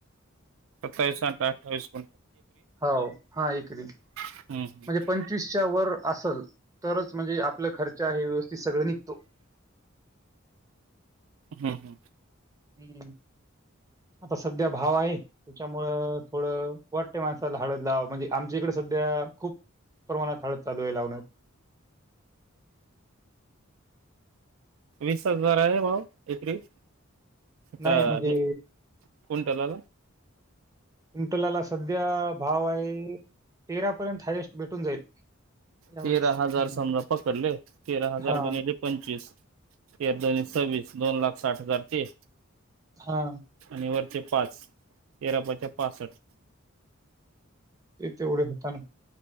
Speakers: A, on the right; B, on the right.
A: सत्तावीस अठ्ठवीस
B: होवं हा एकरी.
A: हम्म
B: म्हणजे पंचवीसच्या वर असल तरच म्हणजे आपला खर्च हे व्यवस्थित सगळं निघतो.
A: हम् हम्
B: हम्म आता सध्या भाव आहे त्याच्यामुळं थोडं. वाटत्या माणसाला हळद लावा म्हणजे आमच्या इकडे सध्या खूप प्रमाणात हळद चालू आहे लावणार.
A: वीस हजार आहे भाव इकडे. आता
B: नाही म्हणजे
A: हे कुंटला.
B: कुंटल्याला सध्या भाव आहे तेरा पर्यंत हायस्ट भेटून जाईल. यावेळेस.
A: तेरा हजार
B: हं.
A: समजा पकडले तेरा हजार
B: हां,
A: गुणले. पंचवीस तेरदुणे दोन सव्वीस दोन लाख साठ हजार ते.
B: हा.
A: आणि वरचे पाच तेरापाचे पासष्ट.
B: ते तेवढे होता ना